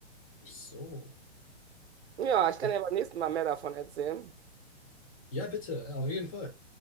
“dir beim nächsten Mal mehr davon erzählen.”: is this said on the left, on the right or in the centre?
Right